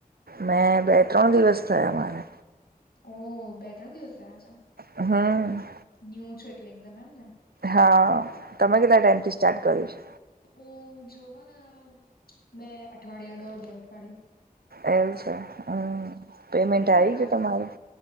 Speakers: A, on the right; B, on the left.
A: મેં બે -ત્રણ દિવસ થયા મારે.
B: ઓહ! બે ત્રણ દિવસ થયા છે.
A: હાઅ.
B: ન્યુ છું એટલે એકદમ એમ ને.
A: હા તમે કેટલા ટાઈમથી સ્ટાર્ટ કર્યું છે.
B: હું જોવને બે અઠવાડિયા દોઢ બે અઠવાડિયા.
A: એવું છે હમ્મ પેમેન્ટ
B: કેટલા
A: આવી
B: ટાસ્ક
A: ગયું તમારું.
B: છે